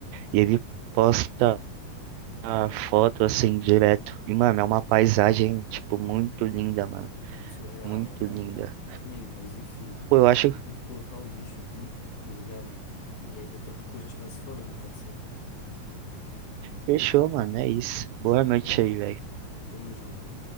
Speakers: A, on the right (about 85°); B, on the left (about 75°).
A: e ele posta a foto assim direto, e mano, é uma paisagem, tipo, muito linda, mano,
B: Surreal,
A: muito
B: né, cara?
A: linda.
B: Nem, mas enfim,
A: Pô, eu acho
B: vou
A: que
B: ter que colocar o lixo aqui, tá ligado? E aí daqui a pouco a gente vai se falando, pode ser?
A: fechou, mano, é isso. Boa noite
B: Valeu, amigo.
A: aí, velho.
B: Tamo junto.